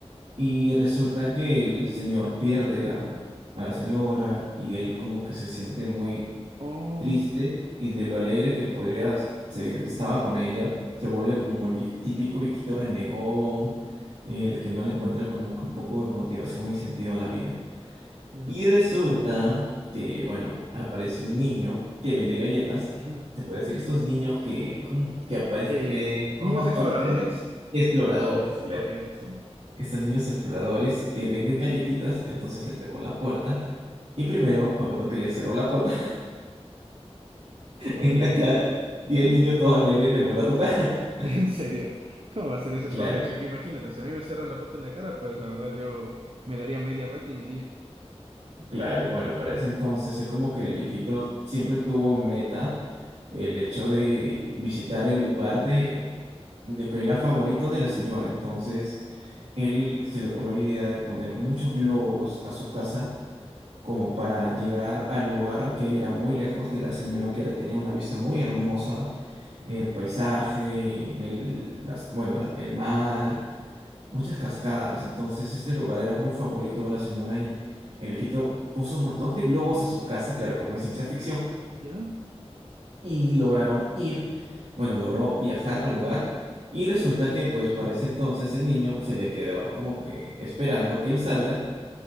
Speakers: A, on the right; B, on the right.
A: y resulta que el señor pierde a, a la señora y él como que se siente muy
B: Oh,
A: triste y de lo alegre que podría se estaba con ella, se vuelve como el vie- típico viejito renegón, el que no le encuentra como que un poco de motivación y sentido a la vida.
B: ya.
A: Y resulta que, bueno, aparece un niño que vende galletas.
B: <clears throat> Ajá.
A: Se puede decir, estos niños que, como que aparecen,
B: Eh,
A: que
B: niños
A: forman
B: exploradores.
A: parte de exploradores,
B: Eh,
A: claro.
B: ok, sí.
A: Estos niños exploradores que venden galletitas, entonces le tocó la puerta. Y primero, me acuerdo que le cerró la puerta.
B: Pobre
A: en la
B: niño.
A: cara
B: ¿Ya?
A: y el niño
B: <laughs>
A: todo alegre le vuelve a tocar. <laughs>
B: En serio. ¿Cómo va a ser ese
A: Claro,
B: pobre chico? Imagínate, si a mí me cierran la puerta en la cara, pues la verdad yo me daría media vuelta y me iría.
A: claro. y Bueno, para ese entonces es como que el viejito siempre tuvo en meta el hecho de visitar el lugar de, de que era favorito de la señora. Entonces, él se le ocurrió una idea de poner muchos globos a su casa como para llegar al lugar que era muy lejos de la señora, que era, tenía una vista muy hermosa, el paisaje, el, las, bueno, la- el mar muchas cascadas. Entonces este lugar era muy favorito de la señora y el viejito puso un montón de globos a su casa, claro, como es ciencia ficción,
B: ¿Ya?
A: y lograron ir, bueno, logró viajar al lugar y resulta que pues para ese entonces el niño se había quedado como que esperando que él salga